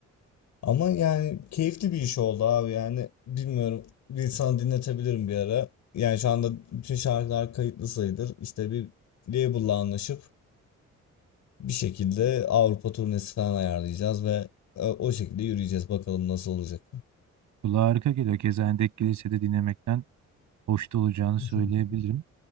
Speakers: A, on the left (about 70°); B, on the right (about 75°).
A: Ama yani keyifli bir iş oldu abi yani bilmiyorum bir sana dinletebilirim bir ara. Yani şu anda bütün şarkılar kayıtlı sayılır. İşte bir label'la anlaşıp bir şekilde Avrupa turnesi falan ayarlayacağız ve e, o şekilde yürüyeceğiz. Bakalım nasıl olacak.
B: Kulağa harika geliyor. Keza Endek Kilise'de dinlemekten hoşta olacağını
A: <laughs>
B: söyleyebilirim.